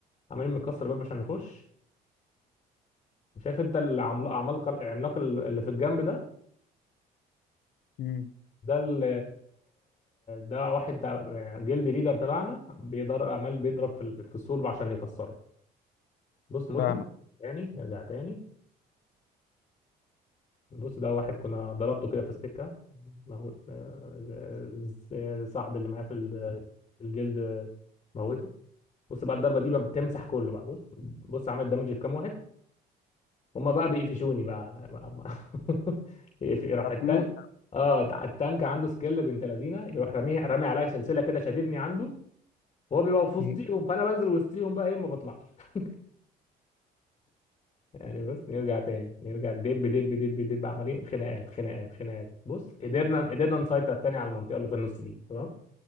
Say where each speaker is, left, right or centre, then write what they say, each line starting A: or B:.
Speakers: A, on the left; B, on the left.
A: عمالين بنكسر الباب عشان نخش وشايف انت العملاق العملاق اللي في الجنب ده
B: مم،
A: ده ال ده واحد تع- جلد ليدر تبعنا بيضر عمال بيضرب في ال- في السور عشان يكسره بص متنا
B: فاهمك
A: تاني ارجع تاني بص ده واحد كنا ضربته كده في السكة مو... آه، آه، ز- صاحبي اللي معاه في ال- في الجلد موته بص بقى الضربة دي بقى بتمسح كله بقى بص بص عملت دامج في كام واحد هما بقى بيقفشوني بقى, بقى ما- <laughs> يقف- راح
B: هتموت
A: التانك اه التانك عنده سكيل بنت لذينه يروح راميه رامي عليا سلسله كده شاددني عنده هو بيبقى في وسطيهم
B: مم.
A: فانا بنزل وسطيهم بقى ايه ما بطلعش <laughs> يعني بس نرجع تاني نرجع دب دب دب دب عمالين خناقات خناقات خناقات بص قدرنا قدرنا نسيطر تاني على المنطقه اللي في النص دي تمام